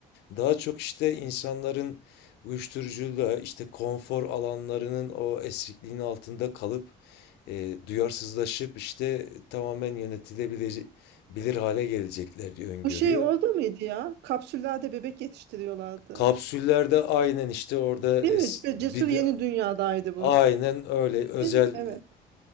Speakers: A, on the left; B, on the right.
A: daha çok işte insanların uyuşturucuyla işte konfor alanlarının o esrikliğin altında kalıp e, duyarsızlaşıp işte tamamen yönetilebilir bilir hale gelecekler diye öngörüyor.
B: Bu şey oldu muydu ya? Kapsüllerde bebek yetiştiriyorlardı.
A: Kapsüllerde aynen işte orada
B: Evet
A: es-
B: ve Cesur
A: bir
B: Yeni
A: de
B: Dünya'daydı bu.
A: Aynen öyle. Özel
B: Değil mi? Evet.